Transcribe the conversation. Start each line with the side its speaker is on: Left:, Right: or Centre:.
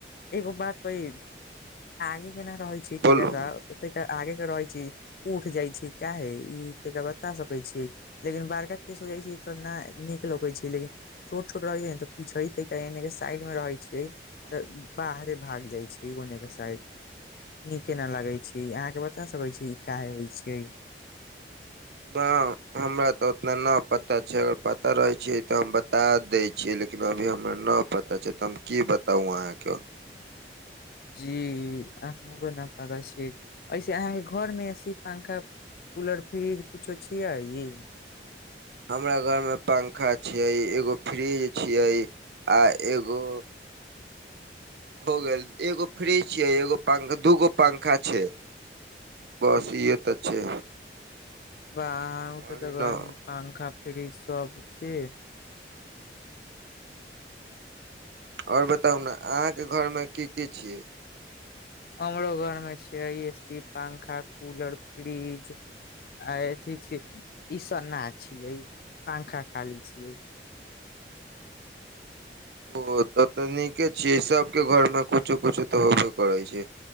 Left: एगो बात कही आगे केना रहै छिए
Right: बोलू
Left: थिका सब ओतक आगे मे रहै छी उठ जाइ छै काहे इ त बता सकै छी लेकिन बारका केस हो जाइ छै त नै निक लगै छै लेकिन छोट छोट रहैत छै न पीछने के साइड मे रहै छै त बाहरे भागि जाइ छै ओने के साइड निके ने लागै छी अहा के बता सके छी इ काहे होय छै
Right: बाउ हमरा त उतना न पता छै अगर पता रहै छियै त हम बता दै छिए लेकिन अभी हमरा ना पता छै त हम की बताउ अहाँ के
Left: जी अहु न पता छी ऐसे अहाँ के घर मे एसी पंखा कुलर फ्रिज किछो छी आ इ
Right: हमरा घर मे पंखा छै एगो फ्रिज छिए आ एगो हो गेल एगो फ्रिज छिए एगो पंग दूगो पंखा छै बस इहे त छै
Left: ब अहु
Right: और
Left: के त घर
Right: न
Left: मे पंखा फ्रिज सब छी
Right: और बताउ ने अहाँ के घर में की की छियै
Left: हमरो घर में छियै एसी पंखा कुलर फ्रिज आय इथी छी इ स ना छियै पंखा खाली छियै
Right: ओ त त निके छियै सबके घर मे कुछो कुछो त होबे करै छै